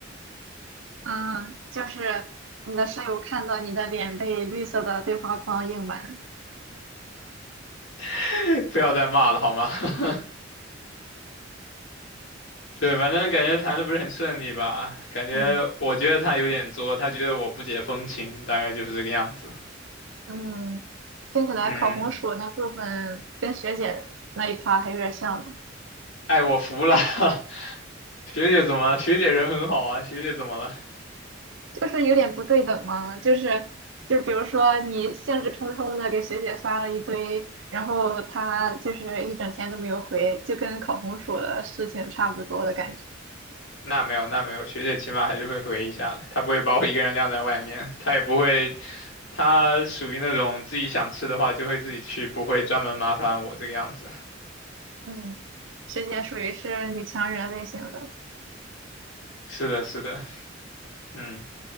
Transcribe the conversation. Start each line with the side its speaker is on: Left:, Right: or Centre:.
Right: 嗯，就是你的室友看到你的脸被绿色的对话框映满。
Left: <laughs> 不要再骂了好吗？<laughs> 对，反正感觉谈的不是很顺利吧，感觉我觉得他有点作，
Right: 嗯
Left: 他觉得我不解风情，大概就是这个样子。
Right: 嗯，听起来烤红薯那部分跟学姐那一趴还有点像呢，
Left: 嗯，哎，我服了，<laughs> 学姐怎么了？学姐人很好啊，学姐怎么了？
Right: 就是有点不对等嘛。就是就比如说你兴致冲冲的给学姐发了一堆，然后她就是一整天都没有回，就跟烤红薯的事情差不多的感觉。
Left: 那没有，那没有，学姐起码还是会回一下的，她不会把我一个人晾在外面，她也不会，她属于那种自己想吃的话就会自己去，不会专门麻烦我这个样子。
Right: 嗯，学姐属于是女强人类型的。
Left: 是的，是的，嗯，